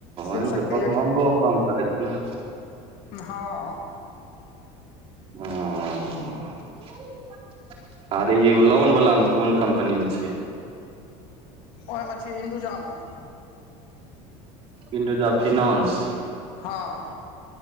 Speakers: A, on the left (about 65°); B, on the right (about 40°).
A: शिव
B: एमे
A: शक्ति
B: तऽ बमबम काम करै छै ने
A: हाँ
B: हँ - अरे ई लोन वला मे कोन कम्पनी में छियै
A: ओमेछ इंडूजामे
B: इंडजा फिनान्स
A: हँ